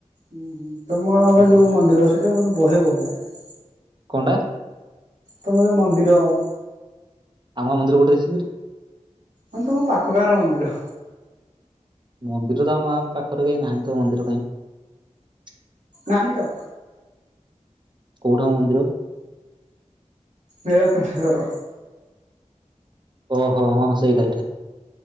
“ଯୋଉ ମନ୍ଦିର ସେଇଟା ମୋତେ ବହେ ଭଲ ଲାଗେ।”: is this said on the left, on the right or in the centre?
Right